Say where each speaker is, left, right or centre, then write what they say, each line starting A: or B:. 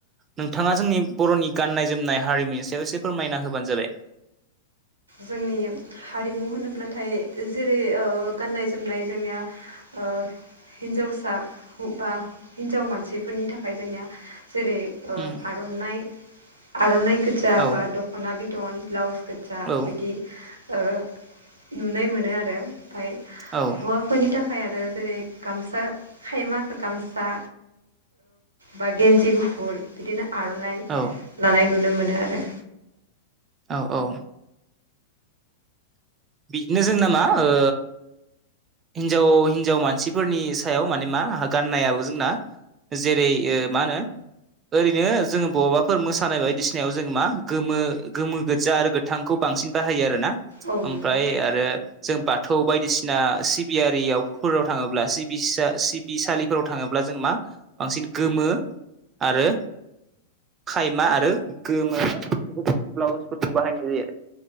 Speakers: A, on the right (about 25°); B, on the right (about 80°).
A: नों थाङा जोंनि बर'नि गाननाय जोमनाय हारिमुनि सायाव एसे फोरमायना होबानो जाबाय।
B: जोंनि हारिमु होनोब्लाथाय जेरै ओ गाननाय जोमनाय जोंनिया ओ हिनजावसा बा हिनजाव मानसिफोरनि थाखाय जोंनिया जेरै ओ
A: उम
B: आर'नाइ आर'नाइ गोजा
A: औ
B: बा दख'ना बिदन ब्लाउस जा
A: औ
B: बिदि ओ नुनाय मोनो आरो ओमफ्राय
A: औ
B: हौवाफोरनि थाखाय आरो जेरै गामसा खायमा गामसा बा गेन्जि गुफुर बिदिनो आर'नाइ
A: औ
B: लानाय नुनो मोनो आरो
A: औ औ बिदिनो जोंना मा ओ हिनजाव हिन्जाव मानसिफोरनि सायाव माने मा हाग गाननायाबो जोंना जेरै ओ मा होनो ओरैनो जोङो बबावबाफोर मोसानाय बायदिसिनायाव जोङो मा गोमो गोमो गोज्जा आरो गोथांखौ बांसिन बाहायो आरो ना
B: औ
A: ओमफ्राय
B: नोंथां
A: आरो जों बाथौ बायदिसिना सिबियारियावफोराव थाङोब्ला सिब बिसा-सिबिसालिफोराव थाङोब्ला जों मा बांसिन गोमो आरो खायमा आरो गोमो गुफुर ब्लाउजफोरखौ बाहायनाय जायो आरो